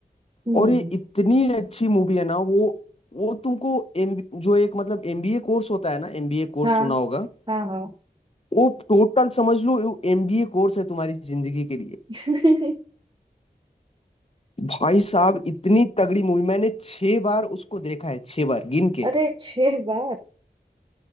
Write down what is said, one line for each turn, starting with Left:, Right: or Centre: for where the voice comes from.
Right: हम्म
Left: और ये इतनी अच्छी मूवी है ना वो वो तुमको एम जो एक मतलब एमबीए कोर्स होता है ना एमबीए कोर्स
Right: हाँ
Left: सुना होगा
Right: हाँ हाँ
Left: वो टोटल समझ लो एमबीए कोर्स है तुम्हारी जिंदगी के लिए
Right: <laughs>
Left: भाई साहब इतनी तगड़ी मूवी मैंने छह बार उसको देखा है छह बार गिन के
Right: अरे छह बार